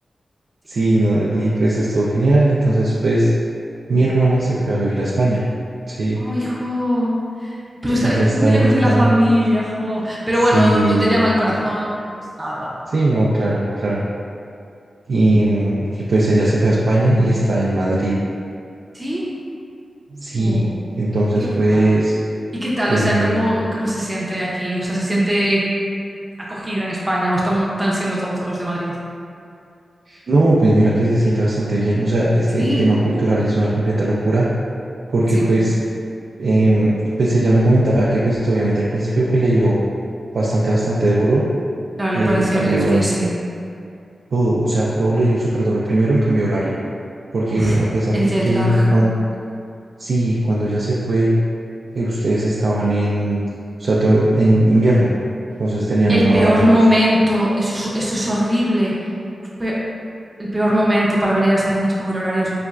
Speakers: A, on the right; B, on the right.
A: Sí.
B: Sí, no, y pues estuvo genial. Entonces, pues, mi hermana se fue a vivir a España. Sí,
A: Oh, hijo. Pero
B: ella
A: está
B: está
A: muy
B: ahorita.
A: lejos de la familia, jo. Pero bueno,
B: Sí,
A: donde llama el corazón, pues nada.
B: sí, no, claro, claro. Y, mm, y pues ella se fue a España y está en Madrid.
A: ¿Sí?
B: Sí,
A: Oh,
B: entonces
A: qué guay.
B: pues,
A: ¿Y qué tal?
B: eh,
A: O sea, ¿cómo, cómo se siente aquí? O sea, ¿se siente acogida en España o están, están siendo tontos los de Madrid?
B: no, pues mira que se siente bastante bien, o sea, es
A: Sí,
B: que el tema cultural es una completa locura, porque
A: sí.
B: pues, em, pues ella me comentaba que pues obviamente al principio pues le dio bastante, bastante duro
A: Claro,
B: el
A: le pareció,
B: cambio,
A: es que
B: eh,
A: sí.
B: todo, o sea, todo le dio súper duro, primero el cambio de horario, porque
A: Uf,
B: a pesar
A: el
B: de
A: jet
B: que
A: lag.
B: cuando, sí, cuando ya se fue, eh, ustedes estaban en, o sea, todo en invierno, entonces tenían
A: El
B: una
A: peor
B: hora menos.
A: momento, eso es, eso es horrible. Uf, pe- el peor momento para venir a España es con el horario,